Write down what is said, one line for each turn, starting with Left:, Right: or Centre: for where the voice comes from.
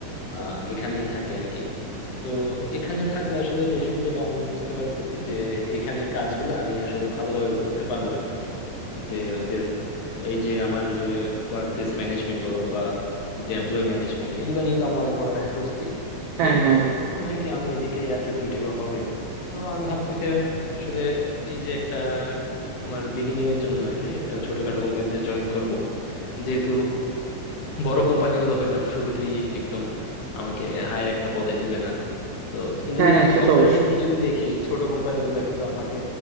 Left: আহ এখানেই থাকি আর কি তো এখানে থাকলে আসলে যে সুবিধাটা আমি বুঝতে পারতেছি যে এখানের কাজগুলো আমি আসলে ভালোভাবে করতে পারবো আর কি যে ওদের এই যে আমার যে ওয়ার্ক প্লেস ম্যানেজমেন্ট বলো বা এই যে এমপ্লয় ম্যানেজমেন্ট এগুলো নিয়ে তো আমরা অনেক পড়ালেখা করছি
Right: হ্যাঁ
Left: তো
Right: হ্যাঁ হ্যাঁ
Left: আমার মনে হয় কি আমি এদিকে আর কি সুইটেবল হবে তো আমি ভাবতেছি আসলে এই যে একটা তোমার বিগিনিং এর জন্য আর কি একটা ছোটখাটো কোম্পানিতে জয়েন করব যেহেতু বড় কোম্পানিগুলো হয়তো শুরুতেই একদম আমাকে হায়ার একটা পদে নিবে না তো কিন্তু
Right: হ্যাঁ হ্যাঁ সে
Left: কম্পারেটিভলি
Right: তো অবশ্যই
Left: যদি দেখি ছোট কোম্পানিগুলো কিন্তু আমাকে